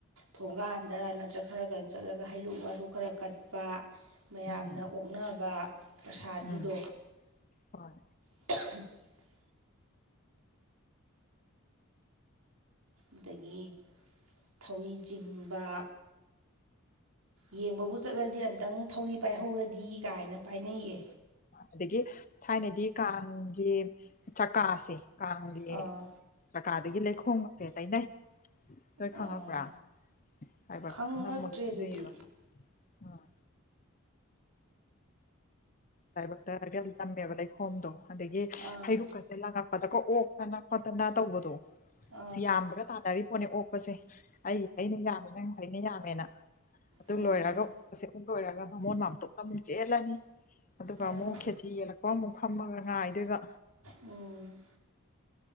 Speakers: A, on the right (about 85°); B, on the left (about 35°).
A: ꯊꯣꯡꯒꯥꯟꯗ ꯅꯠꯇ꯭ꯔꯒ ꯈꯔꯒ ꯆꯠꯂꯒ ꯍꯩꯔꯨꯛ ꯋꯥꯔꯨ ꯈꯔ ꯀꯠꯄ ꯃꯌꯥꯝꯅ
B: ꯎꯝ
A: ꯑꯣꯛꯅꯕ ꯄꯁꯥꯗꯤꯗꯣ
B: ꯎꯝ ꯍꯣꯏ
A: <inaudible> ꯑꯗꯥꯒꯤ ꯊꯧꯔꯤ ꯆꯤꯡꯕ ꯌꯦꯡꯕ ꯕꯨ ꯆꯠꯂꯗꯤ ꯑꯃꯨꯛꯇꯪ ꯊꯧꯔꯤ ꯄꯥꯏꯍꯧꯔꯗꯤ ꯀꯥꯏꯅ ꯄꯥꯏꯅꯩꯌꯦ꯫
B: ꯑꯗꯥꯒꯤ ꯊꯥꯏꯅꯗꯤ ꯀꯥꯡꯒꯤ ꯆꯀꯥꯁꯦ ꯀꯥꯡꯒꯤ
A: ꯑꯥ
B: ꯆꯀꯥꯗꯒꯤ ꯂꯩꯈꯣꯝꯒꯁꯦ ꯇꯩ ꯅꯩ ꯅꫭꯏ ꯈꯪꯉꯛꯄꯔꯥ
A: ꯑꯥ
B: ꯍꯥꯏꯕ
A: ꯈꯪꯉꯛꯇ꯭ꯔꯦ
B: ꯅꯝꯃꯒ ꯆꯠꯅꯩꯕ
A: ꯑꯗꯨꯗꯤ
B: ꯑꯥ ꯂꯥꯏꯕꯛꯇ <unintelligible> ꯇꯝꯃꯦꯕ ꯂꯩꯈꯣꯝꯗꯣ ꯑꯗꯥꯒꯤ
A: ꯑꯥ
B: ꯍꯩꯔꯨꯛꯀ ꯂꯪꯉꯛꯄꯗꯥꯀꯣ ꯑꯣꯛꯇꯅ ꯈꯣꯠꯇꯅ ꯇꯧꯕꯗꯣ
A: ꯑꯥ
B: ꯁꯤ ꯌꯥꯝꯕꯒ ꯇꯥꯅꯔꯤ ꯄꯣꯠꯅꯦ ꯑꯣꯛꯄꯁꯦ ꯑꯩ ꯍꯩꯅ ꯌꯥꯝꯃꯦ ꯅꯪ ꯍꯩꯅ ꯌꯥꯝꯃꯦꯅ ꯑꯗꯨ
A: ꯎꯝ
B: ꯂꯣꯏꯔꯒ <unintelligible> ꯂꯣꯏꯔꯒ ꯚꯃꯣꯟ ꯃꯥꯝꯇꫭꯞꯇ ꯑꯃꯨꯛ ꯆꯦꯜꯂꯅꯤ꯫ ꯑꯗꯨꯒ
A: ꯑꯥ
B: ꯑꯃꯨꯛ ꯈꯦꯆꯤ ꯌꯦꯜꯂꯛꯄ ꯑꯃꯨꯛ ꯐꯝꯃꯒ ꯉꯥꯗꯨꯏꯕ
A: ꯎꯝ꯫